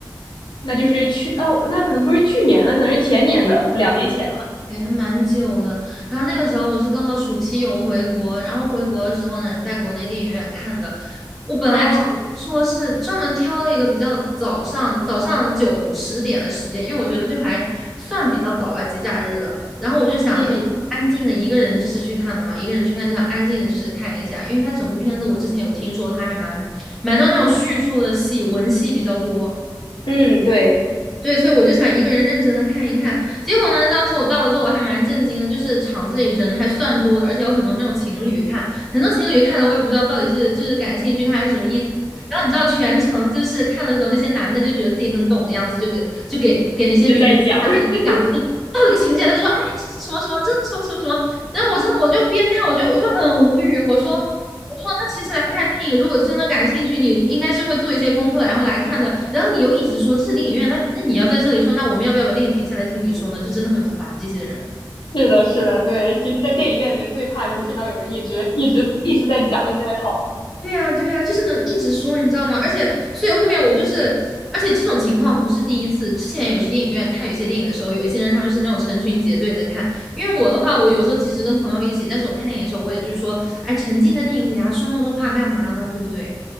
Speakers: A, on the left; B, in the centre.
A: 那就是去哦，那可能不是去年的，可能是前年的，两年前了。
B: 也还蛮久的。然后那个时候我是刚好暑期有回国，然后回国的时候呢，在国内电影院看的。我本来说是专门挑了一个比较早上早上九十点的时间，
A: 哦，
B: 因为我觉得就还算比较早吧，节假日的。然后我就想去安静的一个人就是去看的嘛，
A: 嗯
B: 一个人去看就想安静的就是看一下，因为它整部片子我之前有听说它还蛮蛮多那种叙述的戏，文戏比较多。
A: 嗯，对，
B: 对，所以我就想一个人认真的看一看。结果呢，当时我到了之后，我还蛮震惊的，就是场子里人还算多的，而且有很多那种情侣看，很多情侣看的我也不知道到底是就是感兴趣看还是什么意思。然后你知道全程就是看的时候，那些男的就觉得自己很懂的样子，就给就给给那些女生
A: 一直在讲。<laughs>
B: 讲，就到了一个情节，他就说哎这是什么什么，这是什么什么什么。然后我真的我就边看我就我就很无语，我说。我那其实来看电影，如果真的感兴趣，你应该是会做一些功课，然后来看的。然后你又一直说这是电影院，那那你要在这里说，那我们要不要把电影停下来听你说呢？就真的很烦这些人。
A: 是的，是的，对。其实，在电影院里面最怕就是听到有人一直一直一直在讲，一直在讨论。
B: 对呀，对呀，就是能一直说，你知道吗？而且，所以后面我就是，而且这种情况不是第一次。之前有去电影院看有一些电影的时候，有一些人他们是那种成群结队的看。因为我的话，我有时候即使跟朋友一起，但是我看电影的时候，我也就是说，哎，沉浸在电影里啊，说那么多话干嘛呢？对不对？